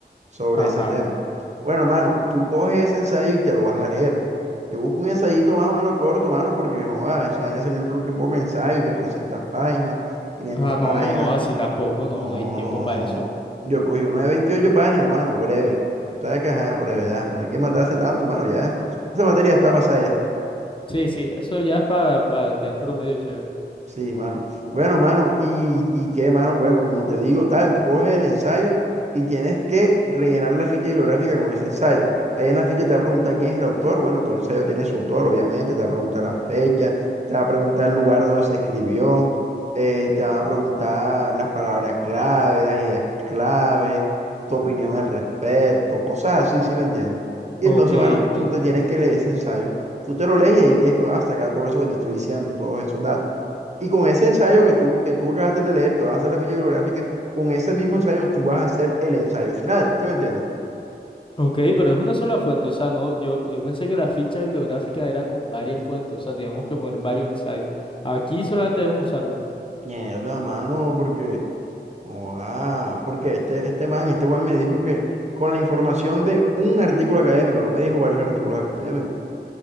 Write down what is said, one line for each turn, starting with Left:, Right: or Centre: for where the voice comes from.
Right: sobre
Left: Ajá.
Right: ese tema. Bueno, mano, tú coges ese ensayo y te lo vas a leer. Yo busco un ensayito más o menos corto, mano, porque joda, esa vaina salió en tronco y poco ensayo, que 300 páginas, 500
Left: Ah, no,
Right: páginas.
Left: no, no, así tampoco, no,
Right: No,
Left: no hay tiempo
Right: no,
Left: para eso.
Right: no. Yo cogí uno de 28 páginas, mano, breve. O sea que, ajá, brevedad. No hay que matarse tanto, mano, ya. Esa materia está pasada ya.
Left: Sí, sí, eso ya es para tener promedio chévere.
Right: Sí, mano. Bueno, mano, y, y qué, mano, bueno, como te digo, tal, tú coges el ensayo y tienes que rellenar la ficha bibliográfica con ese ensayo. Ahí en la ficha te va a preguntar quién es el autor. Bueno, todo ensayo tiene su autor, obviamente, te va a preguntar la fecha, te va a preguntar el lugar donde se escribió, eh, te va a preguntar las palabras clave, las ideas clave, tu opinión al respecto, cosas así, ¿sí me entiendes? Y
Left: Ok,
Right: entonces, mano,
Left: ok.
Right: tú te tienes que leer ese ensayo, tú te lo lees y ahí tienes que vas a sacar todo eso que te estoy diciendo, todos esos datos. Y con ese ensayo que tú, que tú acabaste de leer, que vas a hacer la ficha bibliográfica, con ese mismo ensayo tú vas a hacer el ensayo final. ¿Sí me entiendes?
Left: Ok, pero es una sola fuente, o sea, no, yo, yo pensé que la ficha bibliográfica era con varias fuentes, o sea, teníamos que poner varios ensayos. Aquí solamente debemos usar uno. <laughs>
Right: Mierda, mano, porque. ah, porque este, este man, este Juan me dijo que con la información de un artículo académico, no me dijo varios artículos académicos.